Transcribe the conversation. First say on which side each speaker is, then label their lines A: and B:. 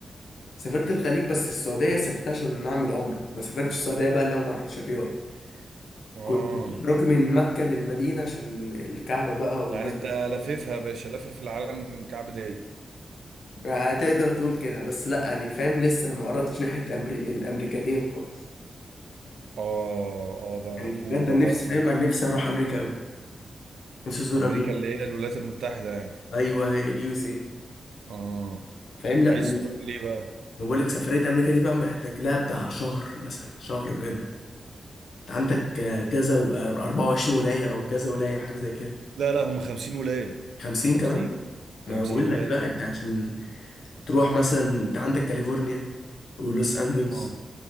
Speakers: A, on the left (about 80°); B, on the right (about 80°).
A: سافرت الخليج بس السعودية سافرت عشان نعمل عمرة ما سافرتش السعودية بقى اللي هو ما رحتش الرياض
B: اه
A: كنت بروح من مكة للمدينة عشان الكعبة بقى والمسجد
B: يعني انت لفيفها يا باشا لفف العالم كعب داير
A: هتقدر تقول كده بس لا يعني فاهم لسه ما قربتش ناحية أمري... الأمريكتين خالص
B: اه اه بقى
A: يعني
B: كوبا
A: بجد أنا
B: بقى
A: نفسي فاهم أنا نفسي أروح أمريكا أوي نفسي أزور
B: وامريكا
A: أمريكا
B: اللي هي الولايات المتحدة يعني
A: أيوه اليو اس إيه
B: اه
A: فاهم لا
B: عايز
A: و-
B: تروح ليه بقى
A: بقول لك سفرية أمريكا دي بقى محتاج لها بتاع شهر مثلا شهر بجد أنت عندك آه، كذا و- آه، 24 ولاية أو كذا ولاية حاجة زي كده
B: لا لا هم 50 ولاية
A: 50
B: 50
A: كمان ما
B: 50
A: بقول
B: ولاية
A: لك بقى أنت عشان تروح مثلا أنت عندك كاليفورنيا ولوس أنجلز
B: اه